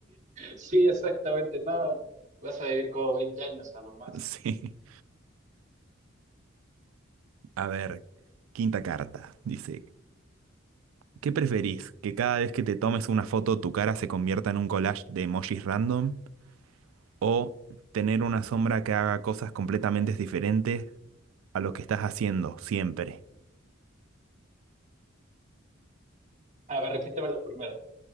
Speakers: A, on the right (about 35°); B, on the right (about 80°).
A: Sí, exactamente, no. Vas a vivir como veinte años a lo más.
B: Sí. A ver. Quinta carta. Dice: ¿Qué preferís? ¿Que cada vez que te tomes una foto tu cara se convierta en un collage de emojis random? ¿O tener una sombra que haga cosas completamente diferentes a lo que estás haciendo siempre?
A: A ver, repíteme la primera.